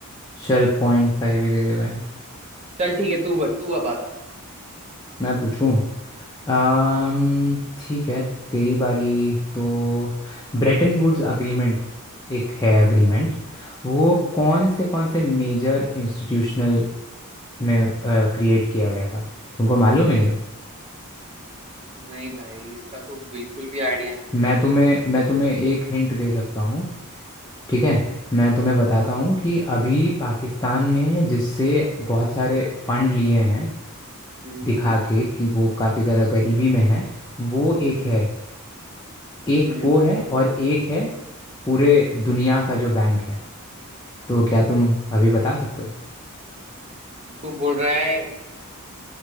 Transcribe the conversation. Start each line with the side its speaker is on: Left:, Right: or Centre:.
Left: चल पॉइंट फाइव ही दे दे भाई
Right: चल ठीक है तू बत तू अब आजा
Left: मैं पूछूं आम,
Right: हाँ हाँ
Left: ठीक है तेरी बारी तो ब्रेटन वुड्स अग्रीमेंट एक है अग्रीमेंट वो
Right: हम्म
Left: कौन
Right: हम्म।
Left: से कौन से मेजर इंस्टीट्यूशनल में क्रिएट किया गया था तुमको मालूम है ये
Right: नहीं भाई इसका तो बिल्कुल भी आइडिया नहीं
Left: मैं
Right: है मुझे
Left: तुम्हें मैं तुम्हें एक हिंट दे सकता हूँ ठीक है मैं तुम्हें बताता
Right: हाँ
Left: हूँ
Right: हाँ
Left: कि अभी पाकिस्तान ने जिससे बहुत सारे फंड लिए हैं
Right: हम्म हम्म
Left: दिखा के कि वो काफ़ी ज़्यादा गरीबी में है वो एक
Right: हम्म
Left: है एक
Right: हम्म।
Left: वो है और एक है पूरे दुनिया का जो बैंक है तो क्या तुम अभी बता सकते हो
Right: तू बोल रहा है